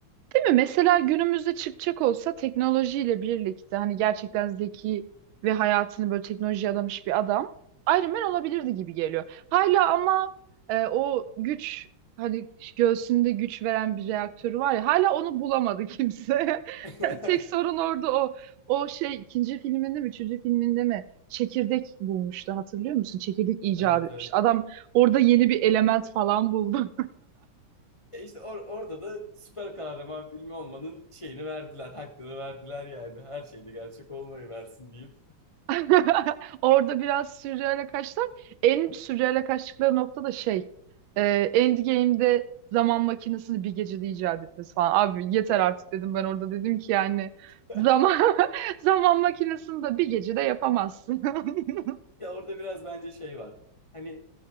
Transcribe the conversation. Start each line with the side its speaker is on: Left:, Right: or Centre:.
Right: Değil mi? Mesela günümüzde çıkacak olsa teknolojiyle birlikte hani gerçekten zeki ve hayatını böyle teknolojiye adamış bir adam Iron Man olabilirdi gibi geliyor. Hala ama e, o güç hani göğsünde güç veren bir reaktörü var ya hala onu bulamadı kimse.
Left: <laughs>
Right: <laughs> Tek sorun orada o. O şey ikinci filminde mi üçüncü filminde mi çekirdek bulmuştu hatırlıyor musun? Çekirdek icat
Left: Evet,
Right: etmiş.
Left: evet.
Right: Adam orada yeni bir element falan buldu.
Left: E işte or- orada da süper kahraman filmi olmanın şeyini verdiler, hakkını verdiler yani. Her şeyde gerçek olmayı versin deyip.
Right: <laughs> Orada biraz sürreale kaçtılar. En sürreale kaçtıkları nokta da şey. E, Endgame'de zaman makinesini bir gecede icat etmesi falan. Abi yeter artık dedim ben orada dedim ki yani
Left: <laughs>
Right: zaman <laughs> zaman makinesini de bir gecede yapamazsın. <laughs>
Left: Ya orada biraz bence şey var. Hani